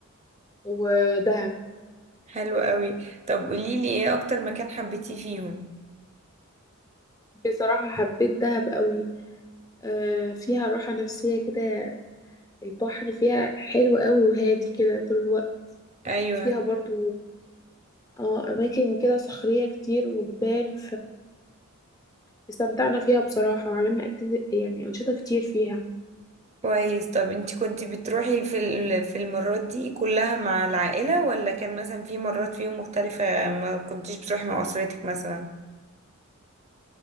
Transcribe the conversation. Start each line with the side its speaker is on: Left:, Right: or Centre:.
Left: ودهب
Right: حلو قوي طب قوليلي ايه اكتر مكان حبيتيه فيهم
Left: بصراحة حبيت دهب قوي آه، فيها راحة نفسية كده البحر فيها حلو قوي وهادي كده طول الوقت
Right: ايوه
Left: فيها برضو اه أماكن كده صخرية كتير وجبال فاستمتعنا فيها بصراحة وعملنا أكتيف يعني أنشطة كتير فيها
Right: كويس طب انت كنت بتروحي في ال- في المرات دي كلها مع العائلة ولا كان مثلا في مرات فيهم مختلفة ما كنتيش بتروحي مع أسرتك مثلا